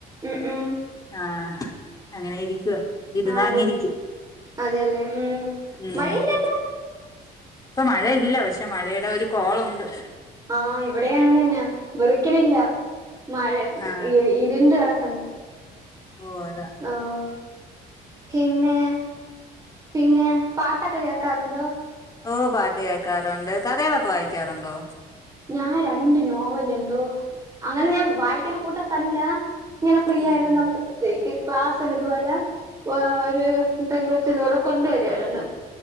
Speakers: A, on the right; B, on the left.
A: ഉം ഉം
B: ആഹ്. അങ്ങനെ ഇരിക്കുവ.. ഇരുന്ന
A: ആണല്ലേ
B: അങ്ങിരിക്കും.
A: അതെല്ലേ ഉം
B: ഉം.
A: മഴയില്ലല്ലോ
B: പ്പ മഴയില്ല. പക്ഷേ മഴയുടെ ഒരു കോളുണ്ട്..
A: ആ. ഇവിടെ അങ്ങനെന്നാ. വെറിക്ക്ണില്ല.. മഴക്.
B: ആ
A: ഇ. ഇരിണ്ട് കെടക്ക്ന്ന്.
B: കോര
A: ആഹ്. പിന്നെ.. പിന്നെ പാട്ടൊക്ക കേക്കാറുണ്ടോ.
B: ഓ പാട്ട് കേക്കാറുണ്ട്. കഥളൊക്കെ വായിക്കാറുണ്ടോ..
A: ഞാ രണ്ട് നോവലെന്തോ, അങ്ങനെ ഞാൻ വായിക്കണ കൂട്ടത്തല്ല.. ഇങ്ങനെ ഫ്രീ
B: ഉം
A: ആയിരുന്നപ്പഴ്ത്തേക്. ക്ലാസ്സിലിത് പോലെ.. വാ ഒരുപെൺകൊച്ച്ത്പോലെ. കൊണ്ട് വരുവായിര്ന്നു..